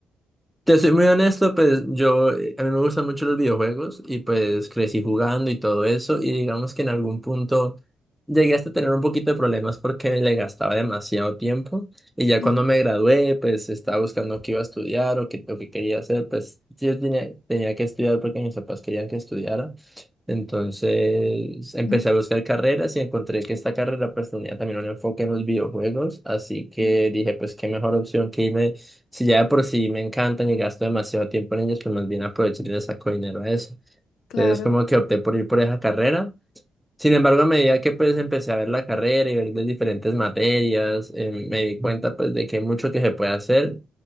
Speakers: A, in the centre; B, on the left (about 80°).
A: Te soy muy honesto, pues yo, eh, a mí me gustan mucho los videojuegos y pues crecí jugando y todo eso y digamos que en algún punto llegué hasta tener un poquito de problemas porque le gastaba demasiado tiempo y ya cuando
B: Ujú,
A: me gradué pues estaba buscando qué iba a estudiar o qué, o qué quería hacer, pues yo tenía, tenía que estudiar porque mis papás querían que estudiara. Entonces empecé
B: ujú,
A: a buscar carreras y encontré que esta carrera pues tenía también un enfoque en los videojuegos, así que
B: ujú.
A: dije pues qué mejor opción que irme, si ya de por sí me encantan y gasto demasiado tiempo en ellos, pues más bien aprovechar y le saco dinero a eso.
B: Claro,
A: Entonces como que opté por ir por esa carrera sin embargo, a medida que pues empecé a ver la carrera y ver las diferentes materias, eh, me di cuenta pues de que hay mucho que se puede hacer